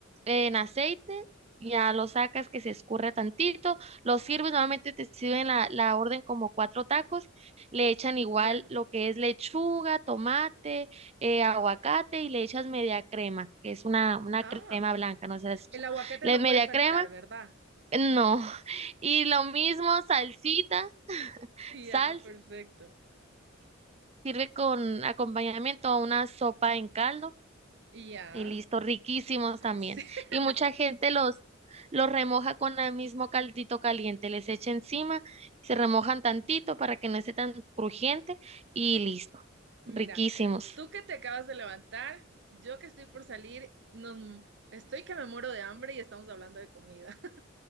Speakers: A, on the right; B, on the right.
A: en aceite, ya lo sacas que se escurra tantito, lo sirves, normalmente te sirven la, la orden como cuatro tacos, le echan igual
B: ya.
A: lo que es lechuga, tomate, eh, aguacate y le echas media crema, que es una, una
B: Ah,
A: crema blanca, no sé, si has escuchado.
B: el aguacate
A: le
B: no
A: media
B: puede faltar,
A: crema,
B: ¿verdad?
A: no. <laughs> Y lo mismo, salsita, <laughs>
B: Ya,
A: sal,
B: perfecto.
A: sirve con acompañamiento a una sopa en caldo
B: Ya.
A: Y listo, riquísimos también.
B: Sí. <laughs>
A: Y mucha gente los, los remoja con el mismo caldito caliente, les echa encima, se remojan tantito para que no esté tan crujiente y listo,
B: Mira,
A: riquísimos.
B: tú que te acabas de levantar, yo que estoy por salir, nos, estoy que me muero de hambre y estamos hablando de comida.